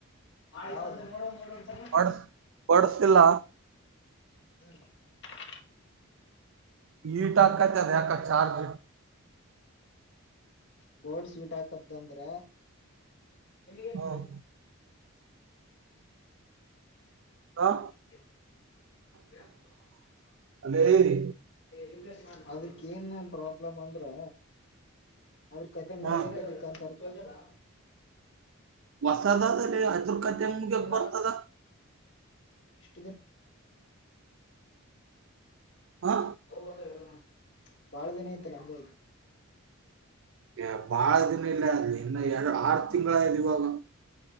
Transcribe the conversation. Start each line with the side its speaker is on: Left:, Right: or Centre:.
Left: ಆ ಮೋಡ ನೋಡೋನ್ಸಲಿ.
Right: ಬಡ್ಸ್ ಬಡ್ಸ್ ಇಲ್ಲ
Left: ಹ್ಮ್ <unintelligible>
Right: ಹೀಟಾಕಾಯತದ ಯಾಕ ಚಾರ್ಜು
Left: <unintelligible> ಸ್ವೀಟಾಕತ್ತ ಅಂದ್ರೆ <unintelligible>
Right: ಹ್ಮ್ ಹಾ
Left: <unintelligible>
Right: ಅಲ್ಲೇರಿ.
Left: ಏ ರಿಕ್ವೆಸ್ಟ್ ಮಾಡ್ಲ ಅದಕ್ಕ ಏನೇನ್ ಪ್ರಾಬ್ಲಮ್ ಅಂದ್ರೆ ಅದ್ರ ಕತೆ ಮುಗಿಯಕತ್ತೆತಂತರೆ.
Right: ಹಾ
Left: <unintelligible>
Right: ವಾಸ್ <unintelligible> ಅದರ್ಕತೆ ಮುಗಿಯಕ್
Left: ನನಗ
Right: ಬರ್ತದ.
Left: <unintelligible>
Right: ಹಾ
Left: ಹೌದಂದ್ರೆ <unintelligible> ಬಾಳದಿನಾಯ್ತಲ್ಲ ಹಂಗಾಗಿ.
Right: ಏ
Left: ಫೋರ್
Right: ಬಾಳ
Left: ನೈಂಟಿ ನೈನ್
Right: ದಿನ ಇಲ್ಲ ಅಲ್ಲಿ. ಇನ್ನು ಎರಡು ಆರ್ತ್ ತಿಂಗಳಾಯದ್ ಇವಾಗ.